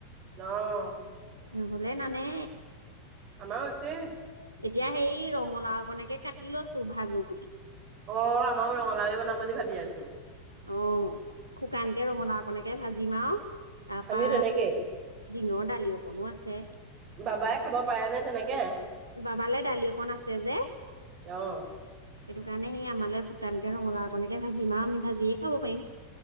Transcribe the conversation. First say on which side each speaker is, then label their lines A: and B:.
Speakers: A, on the right; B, on the right.
A: অ
B: নহলে নানে
A: আমাও একে
B: এতিয়া সেই ৰঙালাওকণকে কাটি লৈছো ভাজো বুলি
A: অ আমাৰো ৰঙালাওৱে বনাম বুলি ভাবি আছো
B: আহ শুকানকে ৰঙালাও অকনেকে ভাজিম আও তাৰপা
A: আমিও তেনেকেই
B: দিনৰ দালি অকণো আছে
A: বাবাই খাব পাৰে নে তেনেকে
B: বাবালৈ দালি অকন আছে যে
A: অ
B: সেইটো কাৰণে সি আমে শুকানকে ৰোওল আপকে ভাজিমা, আমি ভাজিয়ে খাব পাৰিম।